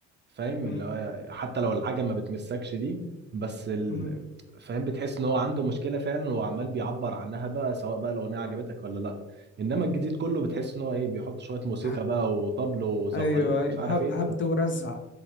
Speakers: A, on the right; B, on the left.
A: فاهم
B: مم.
A: اللي هو حتى لو الحاجه ما بتمسكش دي بس ال...
B: مم.
A: فاهم بتحس ان هو عنده مشكله فعلا وعمال بيعبر عنها بقى سواء بقى الاغنيه عجبتك ولا لا انما الجديد كله بتحس ان هو ايه بيحط شويه موسيقى
B: آه،
A: بقى وطبل وزغاريت
B: ايوه ايوه
A: مش عارف
B: هب-
A: ايه انت
B: هبد ورزع